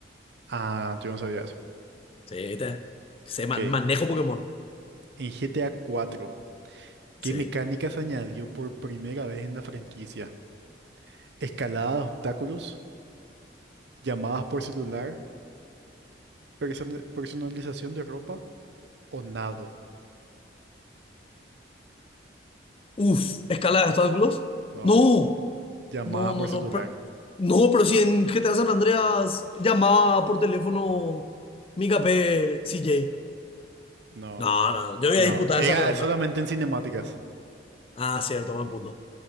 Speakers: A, on the right (about 65°); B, on the left (about 30°).
A: Ah, yo no sabía eso.
B: Sí, te. Sé, man-
A: Ok.
B: manejo Pokémon.
A: En G T A cuatro ¿qué
B: Sí.
A: mecánica se añadió por primera vez en la franquicia? Escalada de obstáculos, llamadas por celular, persona- personalización de ropa o nado.
B: Uf, escala de obstáculos.
A: No.
B: No,
A: Llamadas
B: no, no,
A: por
B: no.
A: celular.
B: per- no, pero si en G T a San Andreas llamaba por teléfono mi KP CJ.
A: No,
B: No, no, yo voy
A: no.
B: a disputar
A: Era
B: esa pregunta.
A: solamente en cinemáticas.
B: Ah, cierto, buen punto.